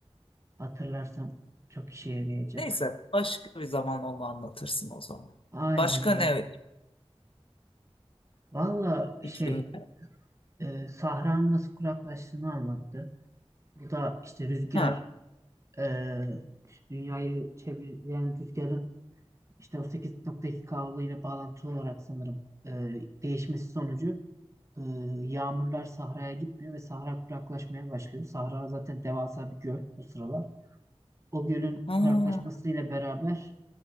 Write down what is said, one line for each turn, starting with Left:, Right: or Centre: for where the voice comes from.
Right: Hatırlarsam çok işe yarayacak.
Left: Neyse başka bir zaman onu anlatırsın o zaman.
Right: Aynen
Left: Başka
Right: aynen.
Left: ne
Right: Valla şey
Left: iklimde?
Right: e, sahranın nasıl kuraklaştığını anlattı. Bu da işte rüzgar
Left: Ha.
Right: e, dünyayı çevreleyen rüzgarın işte o 8.2 kavga ile bağlantılı olarak sanırım e, değişmesi sonucu e, yağmurlar sahraya gitmiyor ve sahra kuraklaşmaya başlıyor. Sahra zaten devasa bir göl o sıralar. O gölün
Left: hmm,
Right: kuraklaşmasıyla beraber